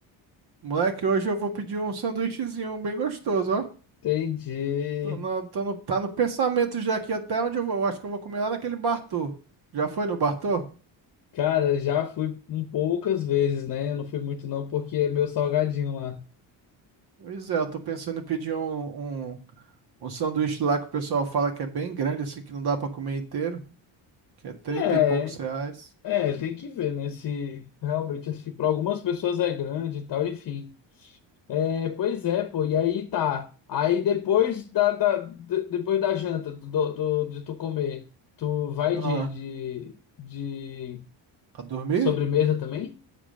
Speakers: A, on the right; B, on the left.
A: Moleque, hoje eu vou pedir um sanduíchezinho bem gostoso, ó.
B: Entendi.
A: Tô na- tô no, tá no pensamento já aqui até onde eu vou. Eu acho que eu vou comer lá naquele Bartô. Já foi no Bartô?
B: Cara, já fui um poucas vezes, né? Eu não fui muito não, porque é meu salgadinho lá.
A: Pois é, eu tô pensando em pedir um, um Um sanduíche lá que o pessoal fala que é bem grande, assim, que não dá pra comer inteiro, que é trinta
B: É,
A: e poucos reais.
B: é, tem que ver, né? Se realmente, assim, para algumas pessoas é grande e tal, enfim. É, pois é, pô, e aí tá. Aí depois da, da, de- depois da janta, do, do- de tu comer, tu vai
A: Ah,
B: de, de, de
A: pra dormir?
B: sobremesa também?